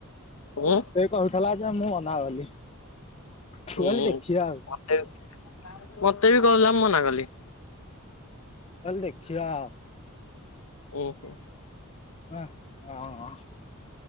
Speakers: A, on the left; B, on the left.
A: ହୁଁ।
B: ସେ କହୁଥିଲା ଯେ ମୁଁ ମନା କଲି। ମୁଁ
A: ହୁଁ
B: କହିଲି ଦେଖିବା ଆଉ
A: ମତେ ମତେ ବି କହୁଥିଲା ମନା କଲି।
B: କହିଲି ଦେଖିଆ ଆଉ।
A: ଉଁ ହୁଁ।
B: ଅ ହଁ